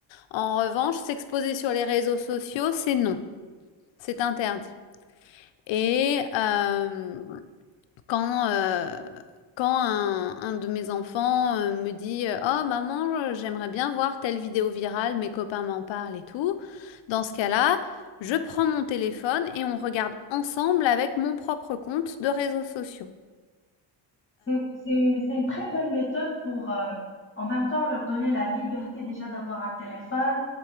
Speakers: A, on the left (about 70°); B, on the left (about 25°).
A: En revanche, s'exposer sur les réseaux sociaux, c'est non, c'est interdit. Et euh, quand, euh, quand un, un de mes enfants euh, me dit euh, Oh maman, euh, j'aimerais bien voir telle vidéo virale, mes copains m'en parlent et tout. Dans ce cas-là, je prends mon téléphone et on regarde ensemble avec mon propre compte de réseaux sociaux.
B: C'est c'est c'est une très bonne méthode pour, heu, en même temps leur donner la liberté déjà d'avoir un téléphone,